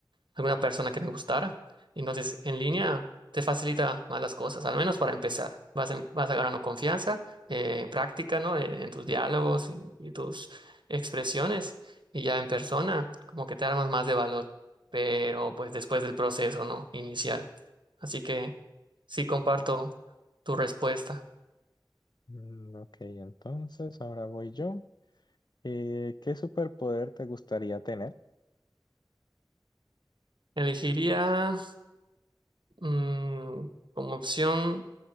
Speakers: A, on the right (about 70°); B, on the left (about 60°).
A: alguna persona que me gustara. Entonces, en línea te facilita más las cosas, al menos para empezar. Vas, em- vas agarrando confianza, eh, práctica, ¿no? En, en tus diálogos y, y tus expresiones, y ya en persona, como que te armas más de valor, pero pues después del proceso, ¿no? Inicial. Así que sí comparto tu respuesta.
B: Mm, ok, entonces ahora voy yo. Eh, ¿qué superpoder te gustaría tener?
A: Elegiría mm, como opción.